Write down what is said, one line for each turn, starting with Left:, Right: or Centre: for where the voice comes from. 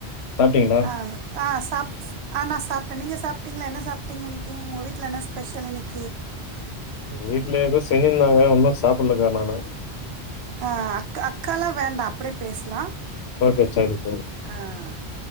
Left: சாப்பிட்டீங்களா
Right: அஹ் ஆஸ் டாப்ஸ்கு ஆ நா சாப்டே நீங்க சாப்டீங்களா என்ன சாப்டீங்க இன்னைக்கி உங்க வீட்ல என்ன ஸ்பெஷல் இன்னைக்கி
Left: வீட்ல எதோ செஞ்சிருந்தாங்க வுன்னு சாப்டலக்கா நானு
Right: அஹ் அ அக் அக்கால்லா வேண்டா அப்டியே பேசலா
Left: ஓகே சேரிப்பா
Right: அஹ்